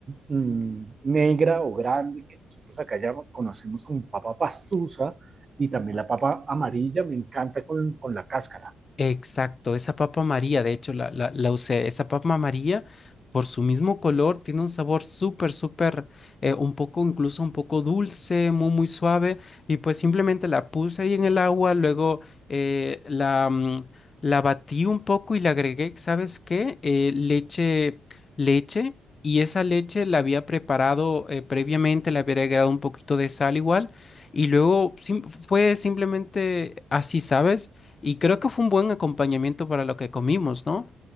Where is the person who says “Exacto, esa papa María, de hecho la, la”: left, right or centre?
Left